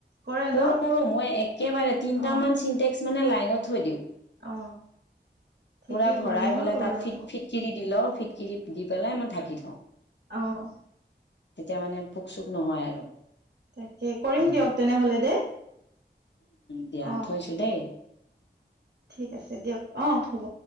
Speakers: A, on the right; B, on the left.
A: কৰে
B: কৰো
A: ন
B: কৰো মই একেবাৰে তিনটামান
A: অ
B: চিন্টেক্স মানে লাইনত থৈ দিওঁ।
A: অ ঠিকেই
B: পুৰা ভৰাই
A: কৰে ময়ো
B: পেলাই
A: কৰো
B: তাত
A: ৰ'ব
B: ফিট ফিটকিৰি দি লওঁ। ফিটকিৰি দি দি পেলাই মই ঢাকি থওঁ
A: আহ।
B: তেতিয়া মানে পোক চোক নহয় আৰু।
A: তাকে কৰিম
B: উম
A: দিয়ক তেনেহ'লে দেই।
B: দিয়া
A: অ
B: থৈছোঁ দেই
A: ঠিক আছে দিয়ক অ হ'ব